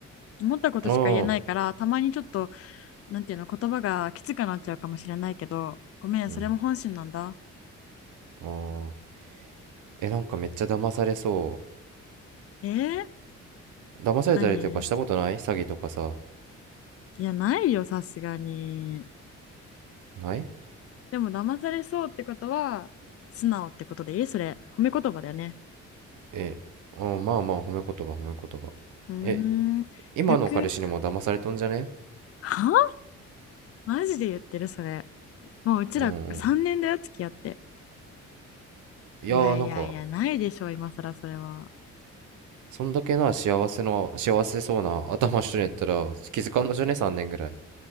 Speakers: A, on the left (about 50°); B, on the right (about 80°).
A: 思ったことしか言えないから、
B: ああ、
A: たまにちょっと、なんていうの、言葉がきつくなっちゃうかもしれないけど、ごめん、
B: うん。
A: それも本心なんだ。
B: ああ。え、なんかめっちゃ騙されそ
A: えー、
B: う。騙されたりとかしたことない詐欺とかさ。
A: 何いや、ないよ、さすがに。
B: ない
A: でも、騙されそうってことは、素直ってことでいいそれ。褒め言葉だよね。
B: え、あーまあまあ褒め言葉褒め言葉。
A: うー
B: え、
A: ん、
B: 今の彼氏にも騙されとんじゃね
A: 逆。はマジで言ってる、それ。もう、うちら3年だよ、
B: うんうん。
A: 付き合って。
B: いやーなんか、
A: いやいやいや、ないでしょ、今更それは。
B: そんだけな幸せの、幸せそうな頭しとんやったら気づかんのじゃね ?3 年ぐらい。